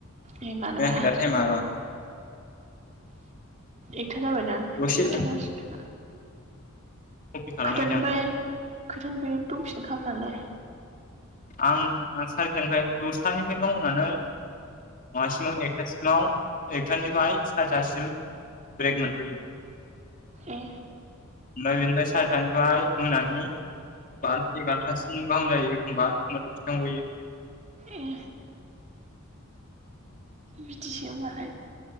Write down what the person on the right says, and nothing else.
ए मानोबा
एकथा जाबायना
जुइथा जसिगोन खोमा।
खैथानिफ्राय खोथानिफ्राय दंफिनो खामोन नालाय
ए
ए बिदिसो होमबालाय